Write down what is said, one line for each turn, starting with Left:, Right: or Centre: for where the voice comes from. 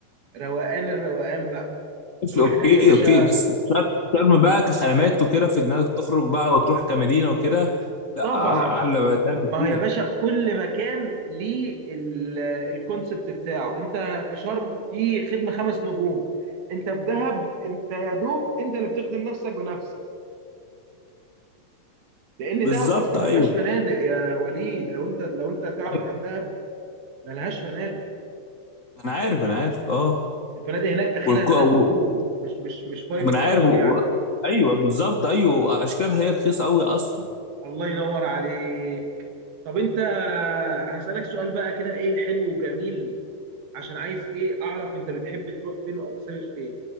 Right: روقان الروقان بقى تروح
Left: اوكي
Right: هناك يا باشا
Left: اوكي بس شرم شرم بقى كخدمات وكده في انك تخرج بقى وتروح كمدينه وكده لا
Right: طبعا
Left: آه، اعلى بقى دهب
Right: ما
Left: كتير
Right: هي يا باشا كل مكان ليه ال- الكونسبت بتاعه انت في شرم في خدمه خمس نجوم انت في دهب انت يا دوب انت اللي بتخدم نفسك بنفسك لان
Left: بالظبط
Right: دهب اصلا
Left: ايوه
Right: ما فيهاش فنادق يا وليد لو انت لو انت تعرف
Left: أيوة،
Right: عن دهب ما لهاش فنادق
Left: انا عارف انا عارف اه
Right: الفنادق هناك اخرها
Left: والكو
Right: ثلاث
Left: و-
Right: نجوم مش مش مش فايف
Left: ومن عارف
Right: ستار
Left: و- و-
Right: يعني
Left: ايوه بالظبط ايوه اشكال هي رخيصه قوي اصلا
Right: الله ينور عليك طب انت هسألك سؤال بقى كده ايه حلو وجميل عشان عايز ايه اعرف انت بتحب تروح فين او تسافر فين